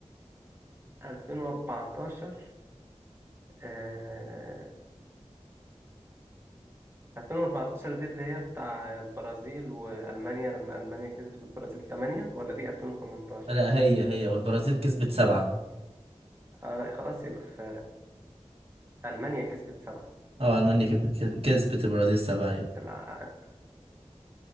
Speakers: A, on the right; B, on the right.
A: 2014 آه... 2014 دي اللي هي بتاع البرازيل وألمانيا لما ألمانيا كسبت البرازيل 8 ولا دي 2018
B: لا هي هي والبرازيل كسبت سبعة
A: آه خلاص يبقى في ألمانيا كسبت سبعة
B: أو ألمانيا كسبت كسبت البرازيل سبعة أيوة
A: الع-